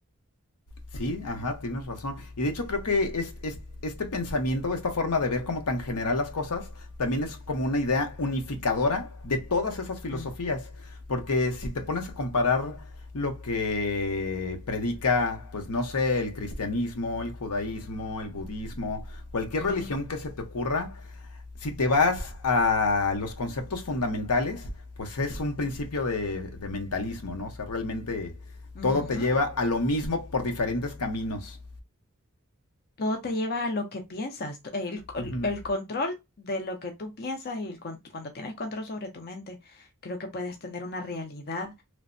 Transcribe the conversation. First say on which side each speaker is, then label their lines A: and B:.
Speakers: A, on the left; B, on the left.
A: Sí, ajá, tienes razón. Y de hecho creo que es- es- este pensamiento, esta forma de ver como tan general las cosas, también es como una idea unificadora de todas esas filosofías.
B: Mm,
A: Porque si te pones a comparar lo que predica, pues no sé, el cristianismo, el judaísmo, el budismo, cualquier
B: ujú,
A: religión que se te ocurra, si te vas a los conceptos fundamentales, pues es un principio de, de mentalismo, ¿no? O sea, realmente
B: ujú.
A: todo te lleva a lo mismo por diferentes caminos.
B: Todo te lleva a lo que piensas, t- el, co-
A: Ujú.
B: el control de lo que tú piensas y el con- cuando tienes control sobre tu mente, creo que puedes tener una realidad